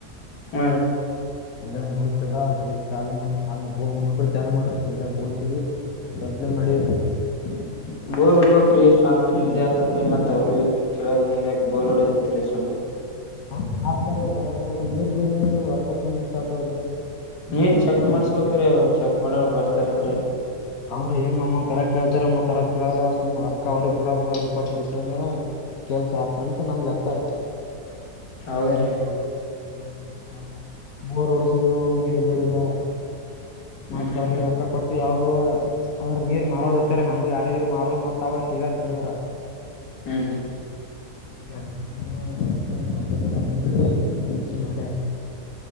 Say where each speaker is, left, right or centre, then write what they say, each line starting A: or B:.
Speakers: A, on the left; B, on the left.
A: ಹ್ಮ್ ರೀ
B: ಅಲ್ಲಿ ಒಂದ್ ಬೂತ್ದ ಬೂತ್ ಚಾ ಅ ಮೂ ಕ ಚಾಲು ಮಾಡ್ರಿ ಶಡ ಬೂತ್ವಿ <unintelligible> ಕಂಪ್ಲೇನ್ಟ್ ಮಾಡಿರಿ
A: <inaudible> ಬೋರ್ ಹೊಡ್ಬೇ್ರೀ ಸ್ವಂತ ನಿಮ್ದೇ ಆತದ್ರೀ ಮತ್ ಅವ್ರರು ಇವ್ರಿಗೆ ಕೇಳದ್ ನೀರ್ ಹಾಕ ಬೋರ್ ಹೊಡದಿತ್ರಿ ಸುಮ
B: ಹ ಹ <inaudible> ಬರ ಬರ ನೀರ್ ಬೀಳದಿದ್ರೆ ರಕ್ತ ಸುಮ್ನೆ ವೆಸ್ಟ್ ಆಗ್ತವಲ್ರಿ
A: ನೀರ್ ಚೆಕ್ ಮಾಡ್ಸ್ಬೇಕ್ರಿ ಅವ್ ಚೆಕ್ ಮಾಡೋರು ಬರ್ತಾರಲ್ರರಿ
B: ಅವ್ರು ಹೊಮ್ಮೆ ಕರೆಕ್ಟ್ ಹೇಳ್ತಾರಾ ಕರೆಕ್ಟ್ ಹೇಳಲ್ಲ ಸುಮ್ ರಕ್ಕ ಅವ್ರಗ್ ಕೂಡ ಅವ್ರಿಗೆ ಕೊಟ್ಟಬಿಟ್ಟು ಅಂದ್ರ ಕೆಲ್ಸ ಆತಂತ ನಮ್ ಲೆಕ್ಕರು
A: ಹೌದ್ರೀ
B: ಹ್ಮ ಬೋರ್ ಹೂಡಸವು ನೀರ್ ಬಿಳಿಲ್ಲ
A: ಹ್ಮ್
B: ಮತ್ತ
A: ಹ್ಮ್
B: ಅವ್ರಿಗೆ ರೊಕ್ಕ ಕೊಟ್ಟಿ ಅವ್ರ ಅವರು ಅವರು ನೀರ್ ಮಾರೋರು ಇರ್ತಾರೆ ಹಂಗ ಯಾರಿಗರು ಮಾರರು ಮತ್ ಅವಾಗ ಸಿಗಲ್ ನೀರ
A: ಹ್ಮ್ ಹ್ಮ್
B: ಈ ಅಡಮ್ಮ ಅಡ ಪ ಮಾಡಡಿ ಮಾಡ್ಯಾರೆ <inaudible>